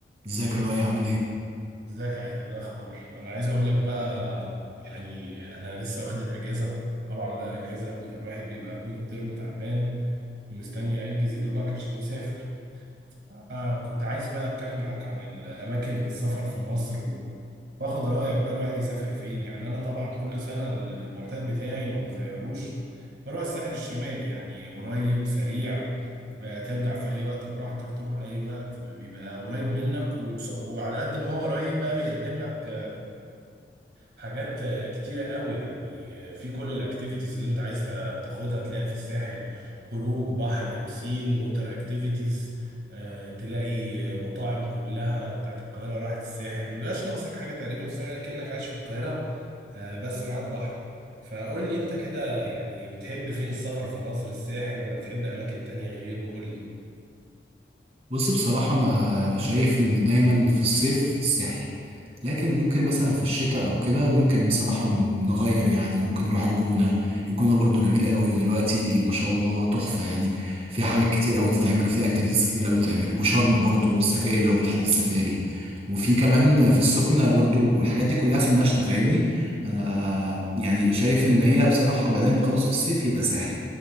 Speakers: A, on the right; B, on the right.
A: ازيك يا لؤي عامل ايه؟
B: ازيك يا عادل إيه الاخبار انا عايز اقول لك بقى يعني انا لسه واخد الاجازه طبعا بقى اجازه انت الواحد بيبقى طول الترم تعبان ومستني ياجز يا دوبك عشان يسافر آه كنت عايز بقى اتكلم معاك عن الاماكن السفر في مصر واخد رأيك بقى الواحد يسافر فين يعني انا طبعا كل سنة المعتاد بتاعي ما بغيروش بروح الساحل الشمالي يعني قريب سريع آه، ترجع في اي وقت براحتك تروح اي وقت بيبقى قريب منك وبس- وعلى قد ما هو قريب بقى بيقدم لك حاجات آه، كتيرة قوي يعني آه، في كل الاكتيفيتيز اللي انت عايز تا- تاخدها تلاقيها في الساحل خروج بحر بسين ووتر اكتيفيتيز آه، تلاقي آه، مطاعم كلها بتاعت القاهرة راحت الساحل مبيبقاش ناقصك حاجة تقريبا في الساحل كأنك عايش في القاهرة آه، بس معاك بحر فقول لي انت كده يعني بتحب فين السفر في مصر الساحل ولا بتحب اماكن تانية غيره قول لي
A: بص بصراحة أنا شايف إن دايما في الصيف الساحل لكن ممكن مثلا في الشتاء أو كده ممكن بصراحة نغير يعني ممكن نروح الجونة الجونة برضو جميلة قوي دلوقتي ما شاء الله تحفة يعني فيها حاجات كتير قوي تتعمل وفيها اكتيفيتيز كتير قوي تتعمل وشرم برضو والسفاري لو بتحب السفاري وفي كمان في السخنة برضو الحاجات دي كلها في المشتى فاهمني؟ أنا يعني شايف إن هي بصراحة ما دام خلاص في الصيف يبقى ساحل